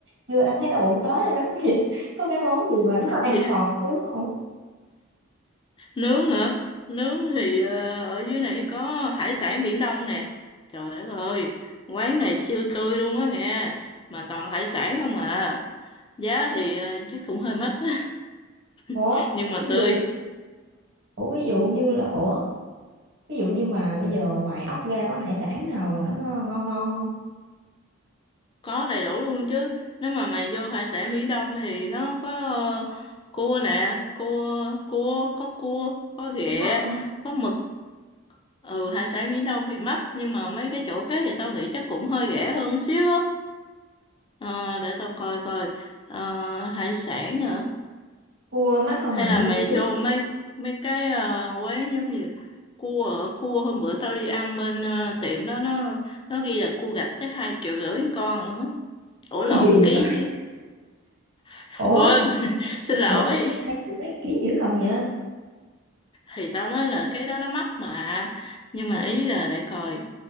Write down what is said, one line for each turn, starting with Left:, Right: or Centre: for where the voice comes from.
Right: chưa ăn thấy đau bụng tới rồi đó. <laughs> có cái món gì mà nó an
Left: Gì?
Right: toàn xíu không
Left: Nướng hả? Nướng thì ờ, ở dưới này có hải sản Biển Đông nè. Trời đất ơi, quán này siêu tươi luôn á nghe. Mà toàn hải sản không à. Giá thì ờ, chắc cũng hơi mắc á.
Right: ủa
Left: <laughs> Nhưng mà
Right: ví
Left: tươi.
Right: dụ ủa ví dụ như là ủa ví dụ như mà bây giờ ngoài ốc ra có hải sản nào mà nó ngon ngon không
Left: Có đầy đủ luôn chứ. Nếu mà mày vô hải sản Biển Đông thì nó có ờ, cua nè. Cua, cua, có cua, có ghẹ,
Right: cua mắt không
Left: có mực ừ hải sản Biển Đông thì mắc nhưng mà mấy cái chỗ khác thì tao nghĩ chắc cũng hơi rẻ hơn xíu á Ờ, để tao coi coi Ờ, hải sản hả
Right: cua mắt không
Left: hay
Right: mày
Left: là
Right: như
Left: mày
Right: thế
Left: vô mấy mấy cái ờ, quán giống như cua ở- cua hôm bữa tao đi ăn bên ờ, tiệm đó nó nó ghi là cua gạch tới hai triệu rưỡi một con luôn á
Right: <laughs>
Left: ủa lộn
Right: cái gì
Left: một ký
Right: trời
Left: chứ <laughs>
Right: ủa
Left: quên <laughs> xin lỗi
Right: ủa gì tới hai triệu mấy ký dữ thần vậy
Left: thì tao nói là cái đó nó mắc mà nhưng mà
Right: Dạ,
Left: ý là để coi